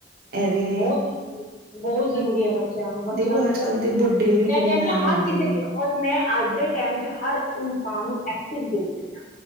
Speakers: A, on the right (about 55°); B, on the left (about 50°).
A: ਐਵੇਂ
B: ਬਹੁਤਰੂਰੀ ਬਹੁਤ ਜ਼ਰੂਰੀ ਹੈ ਬੱਚਿਆਂ ਨੂੰ ਬੱਚਿਆਂ
A: ਦੇਖੋ
B: ਲਈ
A: ਅੱਜ
B: ਤਾਂ
A: ਕੱਲ
B: ਬਹੁਤ
A: ਤੇ ਬੁੱਢੇ ਵੀ
B: ਮੈਂ
A: ਕਿੰਨੇ
B: ਕਹਿੰਦੀ ਹਾਂ
A: ਆਏ
B: ਹਰ
A: ਹੁੰਦੇ
B: ਕਿਸ
A: ਨੇ
B: ਲਈਔਰ ਮੈਂ ਅੱਜ ਦੇ ਟਾਈਮ ਚ ਹਰ ਇਨਸਾਨ ਨੂੰ ਐਕਟਿਵ ਦੇਖਦੀ ਹਾਂ